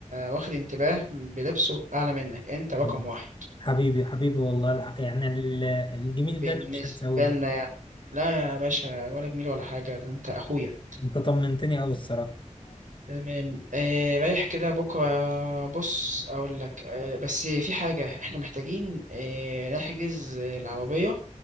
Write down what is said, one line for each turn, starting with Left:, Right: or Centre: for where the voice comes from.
Right: واخد انتباه بلبسه اعلى منك انت رقم
Left: آه.
Right: واحد
Left: حبيبي حبيبي والله الح- يعني ال- الجميل
Right: بالنسبة
Left: ده انا مش هنساهوله
Right: لنا يعني لا يا باشا ولا جميل ولا حاجة ده انت اخويا
Left: انت طمنتني قوي الصراحه
Right: تمام آه رايح كده بكرة بص اقول لك آه بس في حاجة احنا محتاجين آه نحجز العربية